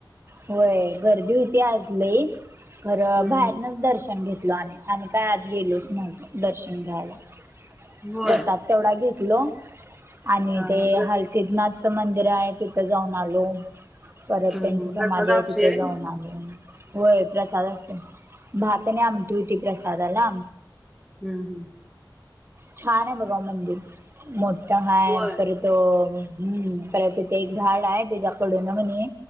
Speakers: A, on the right; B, in the centre.
A: होय गर्दी होती आज लय खरं
B: हम्म
A: बाहेरनच
B: हम्म.
A: दर्शन घेतलो आम्ही आणि काय आत गेलोच नव्हतो दर्शन घ्यायला.
B: होय
A: प्रसाद तेवढा घेतलो आणि
B: हा
A: ते
B: हा. प्र
A: हलसिद्नाथच मंदिर आहे तिथ तिथं जाऊन आलो परत
B: हम्म
A: त्यांची
B: हम्म. प्रसाद
A: समाधी आहे
B: असतोय
A: तिथं
B: व्हय
A: जाऊन आलो. होय प्रसाद असतो, भात आणि आमटी होती प्रसादाला
B: हम्म हम्
A: छान आहे बगवा मंदिर मोठा हाय
B: होय
A: पर तो परत तिथे एक झाड आहे, त्याच्याकडून म्हने